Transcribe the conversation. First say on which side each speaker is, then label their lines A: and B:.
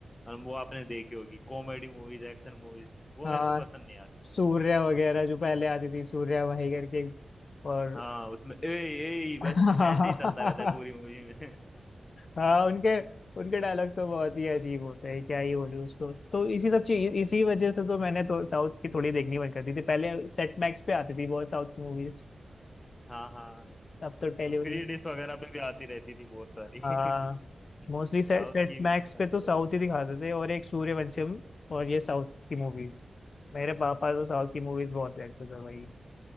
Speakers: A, on the left; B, on the left.
A: और वो आपने देखी होगी कॉमेडी मूवीज एक्शन मूवीज
B: <laughs>
A: वो
B: आ,
A: मेरे को पसंद नहीं आती
B: सूर्या वगैरह जो पहले आती थी सूर्या भाई करके और
A: हाँ उसमें ए ए
B: हाँ
A: बस ऐसे ही चलता रहता है पूरी मूवी में
B: हाँ, उनके उनके डायलॉग तो बहुत ही अजीब होते हैं क्या ही बोलूं उसको तो इसी सब चीज इसी वजह से तो मैंने तो साउथ की थोड़ी देखनी बंद कर दी थी पहले सेट मैक्स पे आती थी बहुत साउथ की मूवीज
A: <laughs> हाँ हाँ
B: अब तो टेलीविजन
A: फ्री डिश वगैरह पे भी आती रहती थी बहुत सारी <laughs>
B: हाँ मोस्टली सेट
A: साउथ
B: सेट
A: की भी
B: मैक्स
A: चलते
B: पे तो साउथ
A: रहते
B: ही दिखाते थे और एक सूर्यवंशम और ये साउथ की मूवीज मेरे पापा तो साउथ की मूवीज बहुत देखते थे भाई